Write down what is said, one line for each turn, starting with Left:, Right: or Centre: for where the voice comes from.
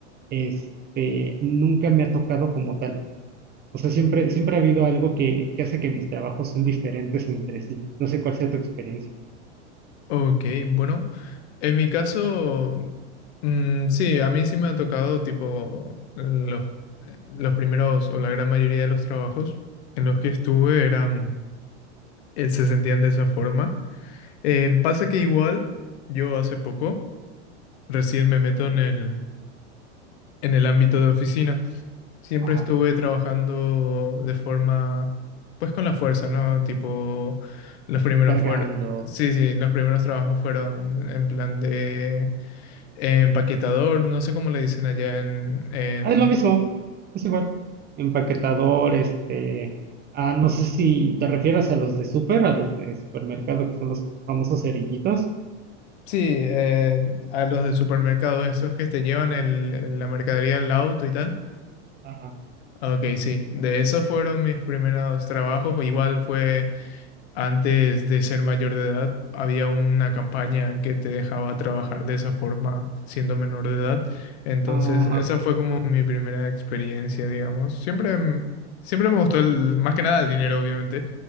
Right: este, nunca me ha tocado como tal. O sea, siempre, siempre ha habido algo que, que hace que mis trabajos sean diferentes entre sí. No sé cuál sea tu experiencia.
Left: Ok, bueno, en mi caso, mm, sí, a mí sí me ha tocado tipo los, eh, los primeros o la gran mayoría de los trabajos en los que estuve eran eh, se sentían de esa forma. Em, pasa que igual, yo hace poco, recién me meto en el, en el ámbito de oficina. Siempre
Right: Ajá.
Left: estuve trabajando de forma, pues con la fuerza, ¿no? Tipo, los primeros
Right: Cargando.
Left: fueron, sí, sí, los primeros trabajos fueron en plan de empaquetador, no sé cómo le dicen allá en, en-
Right: Ah, Es lo mismo, es igual. Empaquetador, este, ah, no sé si te refieras a los de super, a los de supermercado, que son los famosos cerillitos.
Left: Sí, eh, a los de supermercados, esos que te llevan el, la mercadería al auto y tal.
Right: Ajá,
Left: Ok, sí, de esos fueron mis primeros trabajos. Igual fue antes de ser mayor de edad, había una campaña que te dejaba trabajar de esa forma siendo menor de edad. Entonces,
Right: ajá,
Left: esa fue como mi primera experiencia, digamos. Siempre, m- siempre me gustó el, más que nada el dinero, obviamente.